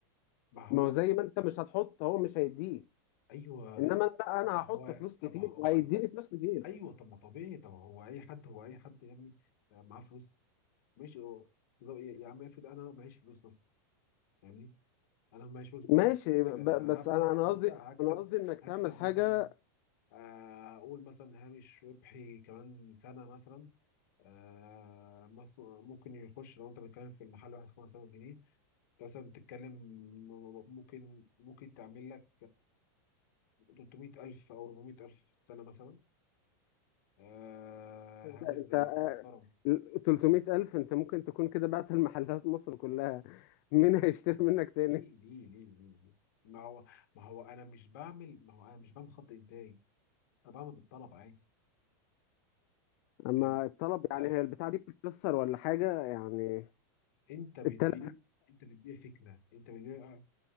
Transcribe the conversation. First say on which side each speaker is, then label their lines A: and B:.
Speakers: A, on the left; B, on the left.
A: ما هو
B: ما هو زي ما انت مش هتحط هو مش هيديه
A: ايوه
B: انما
A: ايوه
B: أنا لا انا
A: طب ما
B: هحط
A: هو
B: فلوس كتير
A: طب هو
B: وهيديني
A: الناس
B: فلوس كتير
A: ايوه طب ما طبيعي طب هو اي حد هو اي حد يا ابني آه، معاه فلوس ماشي هو بالظبط يا يا عم افرض انا معيش فلوس مثلا فاهمني انا معيش فلوس وعايز
B: ماشي ب-
A: كده
B: بس
A: هبدا
B: انا انا قصدي
A: هبدا هكسب
B: انا قصدي انك تعمل
A: هكسب
B: حاجه
A: مثلا آه، اقول مثلا هامش ربحي كمان سنه مثلا آه، مس- ممكن يخش لو انت بتتكلم في المحل واحد 5000 جنيه انت مثلا بتتكلم ممكن ممكن تعمل لك 300000 او 400000 في السنه مثلا آه
B: انت
A: هامش
B: انت
A: زي
B: آه،
A: ده محترم
B: 300 الف انت ممكن تكون كده بعت المحلات مصر كلها مين
A: ليه
B: هيشتري منك تاني
A: ليه ليه ليه ليه ما هو ما هو انا مش بعمل ما هو انا مش بعمل خط انتاج انا بعمل بالطلب عادي
B: اما
A: فاهمني
B: الطلب
A: انت
B: يعني هي البتاعة دي بتتكسر ولا حاجة يعني
A: انت بتبيع
B: التلات
A: انت بتبيع فكره انت بتبيع